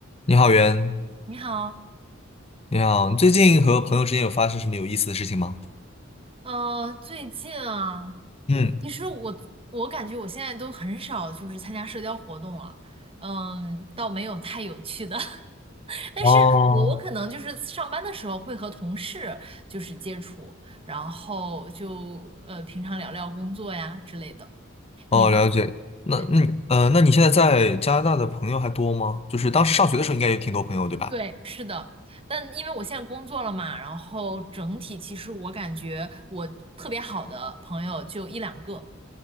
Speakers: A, on the left (about 30°); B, on the right (about 30°).
A: 你好，袁，
B: 你好，
A: 你好，你最近和朋友之间有发生什么有意思的事情吗？
B: 呃，最近啊，
A: 嗯，
B: 其实我我感觉我现在都很少就是参加社交活动了，嗯，倒没有太有趣的，<laughs> 但是我我可能就是上班的时候会和同事就是接触，
A: 哦，
B: 然后就呃平常聊聊工作呀之类的。
A: 哦，
B: 你呢？
A: 了解。那，
B: 对
A: 那你呃，那你现在在加拿大的朋友还多吗？就是当时上学的时候，应该有挺多朋友，对吧？
B: 对，是的，但因为我现在工作了嘛，然后整体其实我感觉我特别好的朋友就一两个。